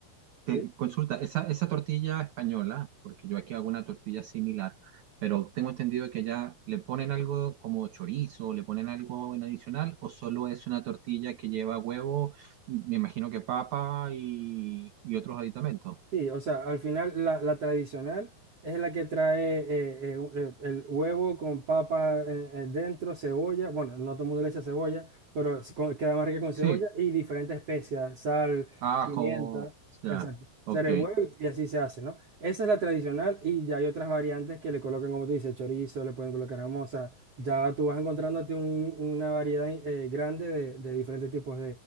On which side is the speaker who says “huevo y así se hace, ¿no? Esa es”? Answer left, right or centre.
Right